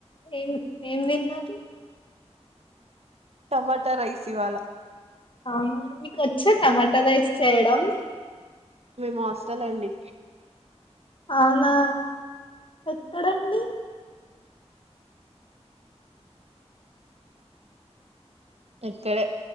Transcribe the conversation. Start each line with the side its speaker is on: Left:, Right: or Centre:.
Left: ఏం ఏం తిన్నారు
Right: టమాటా రైస్ ఇవాళ
Left: అవునా మీకు ఒచ్చా టమాటా రైస్ చేయడం
Right: మేము హాస్టల్ అండి
Left: అవునా ఎక్కడండి
Right: ఇక్కడే